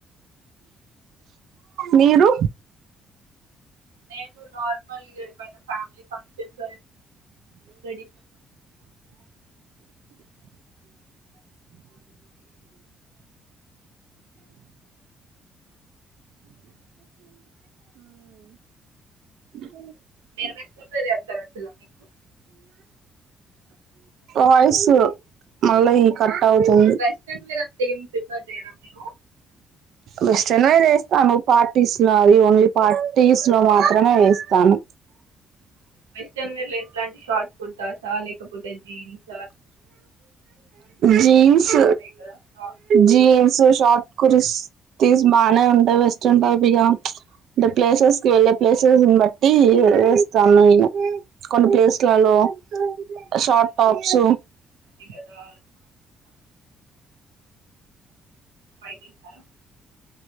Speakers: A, on the right; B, on the right.
A: మీరు
B: నేను నార్మల్ గు పైన ఫ్యామిలి ఫంక్షన్ స లేర్ల్
A: ఉం
B: మీరు వేస్తుంటది ఎంతారు అసలా మీకు
A: వయసు మళ్ళా ఈ కట్ అవుతుంది
B: వెస్ట్రన్ మీరు అంతా ఏం ప్రిఫర్ చేయరా మీరు
A: వెస్టర్న్ ఏ చేస్తాను పార్టీస్లా అది ఓన్లీ పార్టీస్ లో మా త్రమే వేస్తాను
B: వెస్ట్రన్ వేర్ లో ఎట్లాంటి షార్ట్ కుర్తాసా లేకపోతే జీన్స్
A: జీన్స్
B: మిడ్డీస్ ఉంటాయి కదా frocks
A: jeans short kurtis బానే ఉంటాయి వెస్ట్రన్ టైప్గా అంటే ప్లేసెస్ కి వెళ్ళే ప్లేసెస్ని బట్టి వేస్తాను నేను కొన్ని ప్లేస్లలో షార్ట్ టాప్స్
B: యిదా <inaudible> <inaudible>